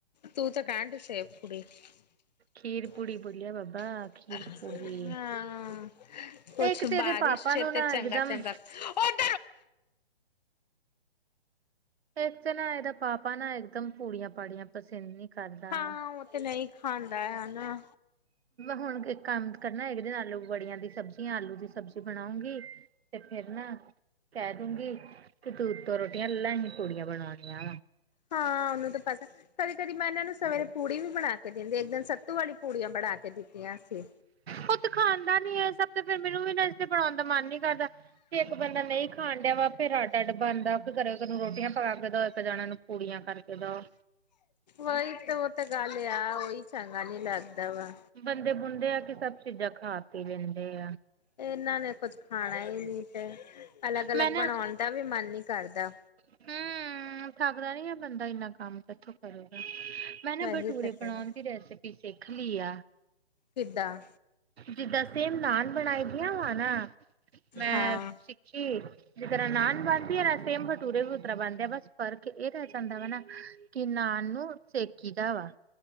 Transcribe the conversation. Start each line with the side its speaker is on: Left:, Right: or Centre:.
Left: ਤੂੰ ਤਾਂ ਕੈਣ ਡੀ ਸੇਵ ਪੂੜੀ। <unintelligible> <unintelligible>
Right: ਖੀਰ ਪੂੜੀ ਬੋਲਿਆ ਬਾਬਾ ਖੀਰ ਪੂੜੀ
Left: ਕੁਛ
Right: ਇੱਕ ਤੇ
Left: ਬਾਰਿਸ਼
Right: ਇਹਦੇ ਪਾਪਾ
Left: 'ਚ
Right: ਨੂੰ ਨਾ
Left: ਤੇ ਚੰਗਾ
Right: ਇਕਦਮ
Left: ਚੰਗਾ- ਓਏ!
Right: ਏਕ ਤਾਂ ਨਾ ਏਦਾ ਪਾਪਾ ਨਾ ਇਕਦਮ ਪੂੜੀਆਂ ਪਾੜੀਆਂ ਪਸੰਦ ਨੀ- ਕਰਦਾ
Left: ਹਾਂ
Right: ਵਾ।
Left: ਉਹ ਤੇ ਨਹੀਂ ਖਾਂਦਾ ਹੈ ਨਾ
Right: ਹੁਣ ਇੱਕ ਕੰਮ ਕਰਨਾ ਇੱਕ ਦਿਨ ਆਲੂ ਬੜੀਆਂ ਦੀ ਸਬਜ਼ੀ ਜਾਂ ਆਲੂ ਦੀ ਸਬ- ਸਬਜ਼ੀ ਬਣਾਉਂਗੀ ਤੇ ਫੇਰ ਨਾ ਕੈ ਦੂਗੀ ਕਿ ਤੂੰ ਤੋਂ ਰੋਟੀ- ਏ ਅਲਾਂ ਈ ਨੀ ਪੂੜੀਆਂ ਬਣਾਣੀਆਂ।
Left: ਹਾਂ ਓਨੂੰ ਤਾਂ ਪਤਾ। ਕਦੀ ਕਦੀ ਮੈਂ ਇਹਨਾਂ ਨੂੰ ਸਵੇਰੇ ਪੂੜੀ ਵੀ ਬਣਾ ਕੇ ਦਿੰਦੀ ਇੱਕ ਦਿਨ ਸੱਤੂ ਵਾਲੀ ਪੂੜੀਆਂ ਬਣਾ ਕੇ ਦਿੱਤੀਆਂ ਸੀਂ।
Right: ਪੁੱਤ ਖਾਂਦਾ ਨੀ ਹੈ, ਸਭ ਤੇ ਫਿਰ ਮੈਨੂੰ ਵੀ ਲੰਚ ਬਣਾਉਣ ਦਾ ਮਨ ਨੀ ਕਰਦਾ। ਤੇ ਇੱਕ ਬੰਦਾ ਨਹੀਂ ਖਾਣ ਡੀਆ ਵਾ ਫੇਰ ਅੱਡ ਅੱਡ ਬਣਦਾ, ਇੱਕ ਜਾਣੇ ਨੂੰ ਰੋਟੀਆਂ ਪਕਾ ਕੇ ਦੋ ਇੱਕ ਜਾਣਾ ਨੂੰ ਪੂੜੀਆ ਕੱਢ ਕੇ ਦਿਓ।
Left: ਉਹੀ ਤੇ ਉਹ ਤਾਂ ਗੱਲ ਆ ਉਹੀ ਚੰਗਾ ਨੀ ਲੱਗਦਾ ਵਾ।
Right: ਬੰਦੇ ਬੁੰਦੇ ਆ ਕਿ ਸਭ ਚੀਜ਼ਾਂ ਖਾ ਪੀ ਲੈਂਦੇ ਆ।
Left: ਇਹਨਾਂ ਨੇ ਕੁੱਝ ਖਾਣਾ ਹੀ ਨੀ, ਤੇ ਅਲੱਗ- ਅਲੱਗ
Right: ਮੈਂ ਨਾ
Left: ਬਣਾਉਣ ਦਾ ਵੀ ਮਨ ਨੀ ਕਰਦਾ।
Right: ਹੂੰ। ਥੱਕਦਾ ਨੀ ਹੈ, ਬੰਦਾ ਇੰਨਾ ਕੰਮ ਕਿੱਥੋਂ ਕਰੂਗਾ ਮੈਂ ਨਾ
Left: ਵਹੀ ਤੇ ਕਰੇ
Right: ਰੈਸਪੀ, ਸਿੱਖ ਲਈ ਆ
Left: ਕਿਦਾਂ
Right: ਜਿੱਦਾਂ, ਸੇਮ ਨਾਨ ਬਣਾਈ ਦੀਆਂ ਵਾ ਨਾ ਮੈਂ
Left: ਹਾਂ
Right: ਸਿੱਖੀ ਜਿਸ ਤਰ੍ਹਾਂ ਨਾਨ ਬਣਦੀ ਹੈ, ਸੇਮ ਭਠੂਰੇ ਵੀ ਉੱਸ ਤਰ੍ਹਾਂ ਬਣਦੇ ਆ, ਬਸ ਫਰਕ ਇਹ ਰਹਿ ਜਾਂਦਾ ਵਾ ਨਾ ਕਿ ਨਾਨ ਨੂੰ, ਸੇਕੀ ਦਾ ਵਾ‌